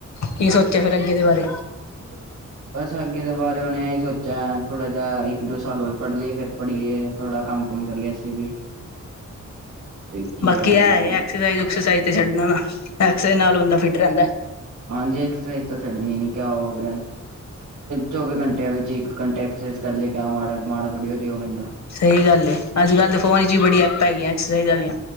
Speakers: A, on the left; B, on the right.
A: ਕੀ ਸੋਚਿਆ ਫਿਰ ਅੱਗੇ ਦੇ ਬਾਰੇ?
B: <inaudible> ਬਸ ਅੱਗੇ ਦੇ ਬਾਰੇ ਹੁਣ ਇਹੀ ਸੋਚਿਆ ਥੋੜ੍ਹਾ ਜਿਹਾ ਇੱਕ ਦੋ ਸਾਲ ਹੋਰ ਪੜ੍ਹ ਲਈਏ ਫਿਰ ਪੜ੍ਹੀਏ ਥੋੜ੍ਹਾ ਕੰਮ <unintelligible>
A: ਬਾਕੀ ਏ
B: ਕਿਆ
A: ਐਕਸਰਸਾਈਜ਼ ਉਕ੍ਸਰਸਿਜ਼ ਤੇ ਛੱਡਨਾ ਨਾ ਏਕ੍ਸਰਸਿਜ਼ ਨਾਲ ਬੰਦਾ ਫਿਟ ਰਹਿੰਦਾ
B: ਹਾਂਜੀ ਐਕਸਰਸਾਈਜ਼ ਤਾਂ ਛੱਡਣੀ ਨੀ ਕਿਆ ਹੋ ਗਿਆ ਚੌਵੀ ਘੰਟੇ ਵਿੱਚ ਇੱਕ ਘੰਟੇ ਐਕਸਰਸਾਈਜ਼ ਕਰ ਲਿਆ ਮਾੜਾ ਮਾੜਾ ਥੋੜੀ ਹੋ ਜਾਗਾ ਬੰਦਾ
A: ਸਹੀ ਗੱਲ ਏ ਅੱਜ ਕੱਲ ਤਾਂ ਫੋਨ ਚ ਵੀ ਬੜੀ ਐਪਾਂ ਹੈਗੀਆਂ ਐਕਸਰਸਿਜ਼ ਵਾਲੀਆਂ